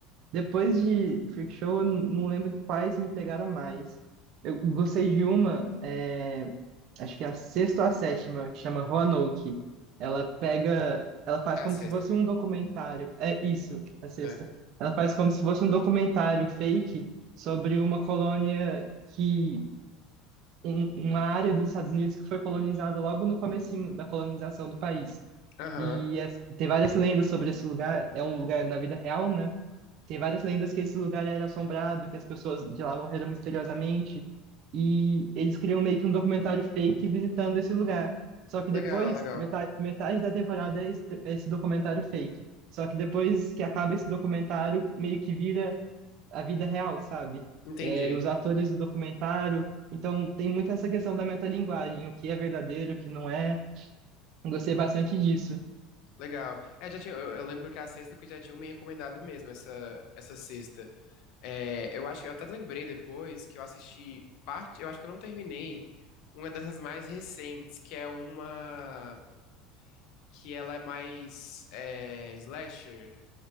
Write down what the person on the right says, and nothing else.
Depois de Freak Show, eu não lembro quais me pegaram mais. Eu gostei de uma, é, acho que é a sexta ou a sétima, que chama Roanoke. Ela pega, ela faz
como
se fosse um documentário. É isso, a sexta.
Ela faz como se fosse um documentário fake sobre uma colônia que, um- uma área dos Estados Unidos que foi colonizada logo no comecinho da colonização do país.
E as- tem várias lendas sobre esse lugar. É um lugar na vida real, né? Tem várias lendas que esse lugar era assombrado, que as pessoas de lá morreram misteriosamente. E eles criam meio que um documentário fake visitando esse lugar. Só que
depois,
metade, metade da temporada é esse, esse documentário fake. Só que depois que acaba esse documentário, meio que vira a vida real, sabe?
É, os atores do documentário. Então tem muito essa questão da metalinguagem, o que é verdadeiro, o que não é. Gostei bastante disso.